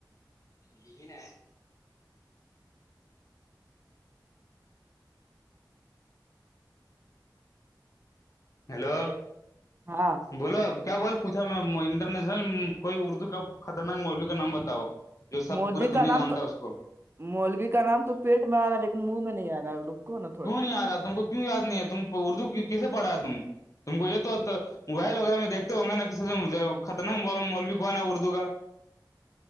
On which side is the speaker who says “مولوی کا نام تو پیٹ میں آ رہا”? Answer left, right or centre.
Right